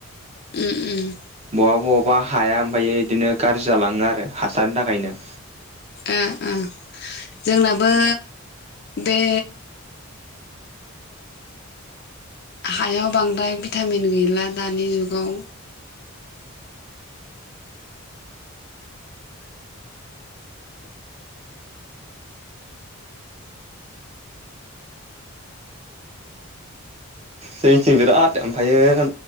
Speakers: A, on the left (about 45°); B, on the right (about 30°).
A: ओम ओम
B: बबा बबा हाया ओमफ्रायो इदिनो गाज्रि जालाङो आरो हासारनि थाखायनो
A: ओ ओ जोंनाबो बे हायाव बांद्राय भिटामिन गैला दानि जुगाव
B: जोंनिथिं बिराद ओमफ्रायो